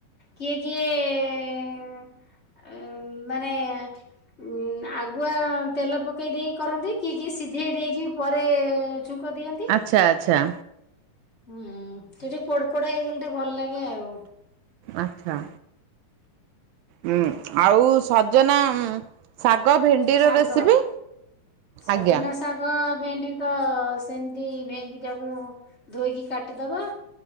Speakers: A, on the left; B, on the right.
A: କିଏ କିଏ ମାନେ ଉଁ ଆଗୁଆ ତେଲ ପକେଇ ଦେଇକି କରନ୍ତି। କିଏ କିଏ ସି ସିଝେଇ ଦେଇକି ବି ପରେ ଛୁଙ୍କ ଦିଅନ୍ତି।
B: ଆଚ୍ଛା ଆଚ୍ଛା।
A: ହୁଁ। ସେ ଟିକେ ପୋଡ ପୋଡ ହେଇଗଲେ ଟିକେ ଭଲ ଲାଗେ ଆଉ।
B: ଆଚ୍ଛା। ଉଁ, ଆଉ ସଜନା ଶାଗ ଭେଣ୍ଡିର
A: ଶାଗର।
B: ରେସିପି।
A: ସଜନା
B: ଆଜ୍ଞା
A: ଶାଗ ଭେଣ୍ଡି ତ ସେମିତି ଭେଣ୍ଡି ଟାକୁ ଧୋଇକି କାଟିଦବା।